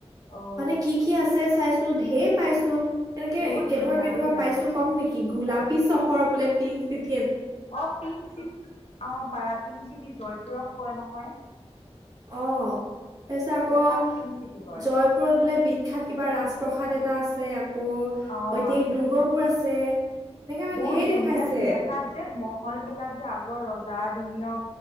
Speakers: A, on the left; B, on the right.
A: অ'
B: মানে কি কি আছে চাইছো, ধেৰ পাইছো। এনেকে
A: বহুত
B: কেনেকুৱা
A: ধুনীয়া
B: কেনেকুৱা
A: দেই ৰাজস্থান
B: পাইছো কম নেকি, গোলাপ <unintelligible> চহৰ বোলে পিংক চিট
A: অ', পিংক চিট, অ', পাৰা পিংক চিটি জয়পুৰক কয় ন হয়।
B: অ', তাৰ পিছত আকৌ,
A: তাক পিংক চিটি কৰে
B: জয়পুৰত বোলে বিখ্যাত কিবা ৰাজপ্ৰসাদ এটা <unintelligible> আছে। <unintelligible>
A: অ
B: ঐতিহাহিক
A: আছে
B: দুৰ্গবোৰ আছে। এনেকে মানে
A: বহুত
B: ঢেৰ
A: ধুনীয়া
B: দেখাইছে।
A: ধুনীয়া। তাত যে মহ মহল বিলাক যে আগৰ ৰজা দিনীয়,